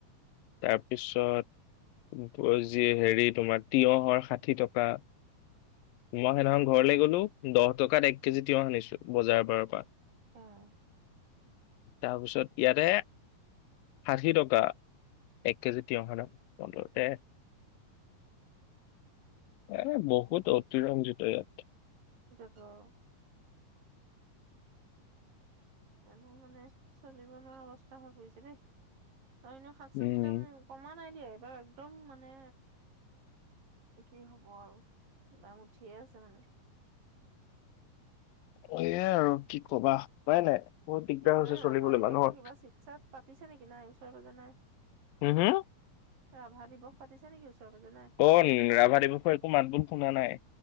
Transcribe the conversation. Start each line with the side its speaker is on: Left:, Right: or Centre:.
Left: তাৰপিছত- যি হেৰি তোমাৰ তিয়হৰ ষাঠি টকা। মই সেইদিনাখন ঘৰলে গলোঁ। দহ টকাত এক কেজি তিয়হ আনিছোঁ বজাৰৰ পাৰৰ পৰা।
Right: অহ।
Left: তাৰপিছত ইয়াতে। ষাঠি টকা এক কেজি তিয়ঁহৰ দাম। <unintelligible> এ বহুত অতিৰঞ্জিত ইয়াত।
Right: অ মানুহ মানে চলিব নোৱাৰা অৱস্থা হৈ পৰিছে দেই। আৰু এনে শাক চবজি
Left: উম
Right: দাম কমা নাই দিয়ে। আৰু একদম মানে কি হ'ব আৰু কিবা উঠিয়ে আছে মানে।
Left: এইয়াই আৰু কি কবা উপাই নাই। বহুত দিগদাৰ
Right: সেইফালে
Left: হৈছে
Right: ৰাভা
Left: চলিবলৈ
Right: দিৱসৰ
Left: মানুহৰ
Right: কিবা চিৎসা পাতিছে নেকি নাই। তই বোজা নাই।
Left: হম হম
Right: ৰাভা দিৱস পাতিছে। নেকি ওচৰে পাজৰে নাই
Left: অ ৰাভা দিৱসৰ একো মাত বোল শুনা নাই?